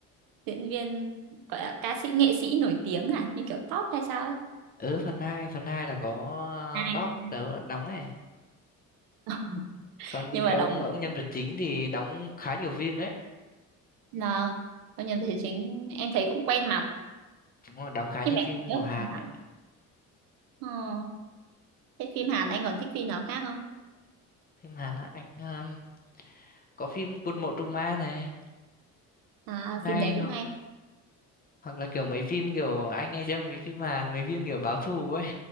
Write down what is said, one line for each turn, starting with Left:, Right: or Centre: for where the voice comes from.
Right: diễn viên gọi là ca sĩ nghệ sĩ nổi tiếng à như kiểu top hay sao ấy
Left: Ờ. ừ phần hai phần hai là có
Right: <laughs>
Left: top đấu đóng ấy
Right: À.
Left: còn
Right: nhưng mà
Left: cái
Right: đóng
Left: ông
Right: cũng
Left: ông nhân vật chính thì đóng khá nhiều phim đấy
Right: là trong nhân vật thể chính em thấy cũng quen mặt
Left: Đúng rồi, đóng khá
Right: nhưng
Left: nhiều
Right: mà
Left: phim
Right: em nhớ
Left: của Hàn
Right: phim Hàn
Left: đấy
Right: ờ, thế phim Hàn anh còn thích phim nào khác không
Left: phim Hàn á anh um, có phim Quân Mộ Trung ma này
Right: à
Left: ngay
Right: phim đấy cũng
Left: ho
Right: hay
Left: hoặc là kiểu mấy phim kiểu anh hay xem mấy phim Hàn mấy phim kiểu báo thù ấy